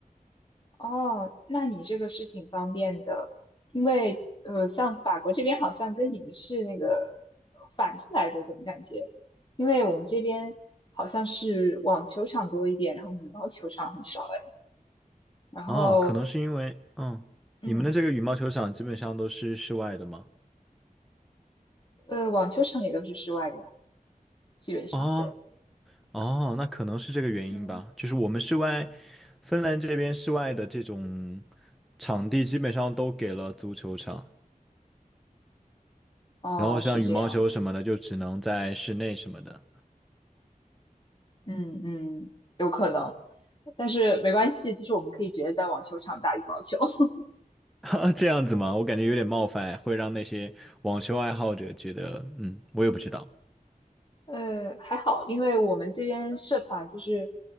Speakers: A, on the left; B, in the centre.
A: 哦，那你这个是挺方便的，因为呃，像法国这边好像跟你们是那个反着来的，怎么感觉？因为我们这边好像是网球场多一点，然后羽毛球场很少哎，然后
B: 哦，可能是因为，嗯，
A: 嗯
B: 你们的这个羽毛球场基本上都是室外的吗？
A: 呃，网球场也都是室外的呀，基本上对。
B: 哦哦，那可能是这个原因吧。
A: 嗯，
B: 就是我们室外，芬兰这边室外的这种。场地基本上都给了足球场，
A: 哦，
B: 然后像羽毛球什么的就只能在室内什么的，
A: 是这样。嗯嗯，有可能，但是没关系，其实我们可以直接在网球场打羽毛球。<laughs>
B: <laughs> 这样子吗？我感觉有点冒犯，会让那些网球爱好者觉得，嗯，我也不知道。
A: 呃，还好，因为我们这边社团就是，